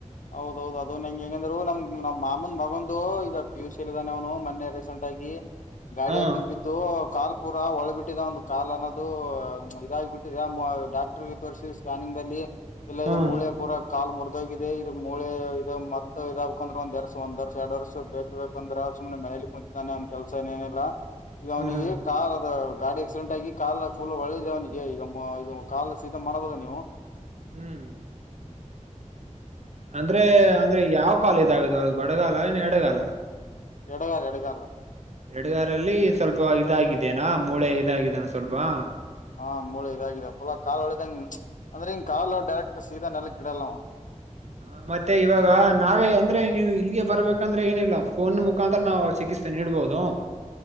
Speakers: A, on the left; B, on the right.
A: ಹೌದೌದ್ ಅದು ನಂ ಹೆಂಗಂದ್ರು ನಮ್ ನಮ್ ಮಾಮಂದ ಮಗಂದು ಈಗ ಪಿಯೂಸಿಯಲ್ಲಿದ್ದಾನೆ ಅವನು ಮೊನ್ನೆ ರೀಸೆಂಟ್ ಆಗಿ ಗಾಡಿ
B: ಹಾ
A: ಹಾಕಂಡ್ ಬಿದ್ ದು ಕಾಲ್ ಪೂರ ಒಳ ಬಿಟ್ಟಿದೆ ಒಂದು ಕಾಲ್ ಅನ್ನೋದು ಇದಾಗಿಬಟ್ಟಿದೆ ಡಾಕ್ಟರ್ಗೆ ತೋರಿಸಿ ಸ್ಕ್ಯಾನಿಂಗಲ್ಲಿ ಇಲ್ಲ
B: ಹ್ಮ್
A: ಇದು ಮೂಳೆ
B: ಹ್ಮ್
A: ಪೂರ ಕಾಲ್ ಮುರಿದೋಗಿದೆ. ಮೂಳೆ ಇದು ಮತ್ತ ಇದ ಆಗಬೇಕಂದ್ರ ಮತ್ತ ಒಂದ್ ವರ್ಷ ಎರಡು ವರ್ಷ ಬೇಕು. ಬಂದ್ರೆ ಸುಮ್ನೆ ಮನೇಲಿ ಕುಂತಿದಾನೆ ಅವ್ನು ಕೆಲಸ ಏನೇನಿಲ್ಲ ಈಗ ಅವನಿಗೆ
B: ಹ್ಮ್
A: ಕಾರ್ ಅದ ಗಾಡಿ ಆಕ್ಸಿಡೆಂಟ್ ಆಗಿ ಕಾಲ ಫುಲ್ ಒಳ್ಳಿದೆ ಅವನಿಗೆ ಈಗ ಇದು ಕಾಲ್ ಶೀದ ಮಾಡ್ಬಹದ ನೀವು.
B: ಹ್ಮ್ ಅಂದ್ರೆ ಅಂದ್ರೆ ಯಾವ್ ಕಾಲ ಇದಾಗಿದೆ ಅವ್ರ್ದು ಬಡಗಾಲ ಇಲ್ಲ ಎಡಗಾಲ.
A: ಎಡಗಾಲ ಎಡಗಾಲ್
B: ಎಡಗಾರಲ್ಲಿ ಸ್ವಲ್ಪ ಇದಾಗಿದೇನಾ ಮೂಳೆ ಇದಾಗಿದ್ದಾನಾ ಸ್ವಲ್ಪಾ
A: ಹಾ ಮೂಳು ಇದಾಗಿದೆ ಫುಲ ಕಾಲ್ ಹೊಳಿದಂಗ ಅಂದ್ರೆ ಹಿಂಗ ಕಾಲ್ ಡೈರೆಕ್ಟ್ ಸೀದಾ ನೆಲ್ಲಕಿಡಲ್ಲವ್
B: ಹಾ ಮತ್ತೆ ಇವಾಗ ನಾವೇ ಅಂದ್ರೆ ನೀವು ಇಲ್ಲಿಗೆ ಬರ್ಬೇಕಂದ್ರೆ ಏನಿಲ್ಲಾ ಫೋನ್ ಮುಖಾಂತರಾ ನಾವು ಚಿಕಿತ್ಸೆ ನೀಡಡ್ಬೋದು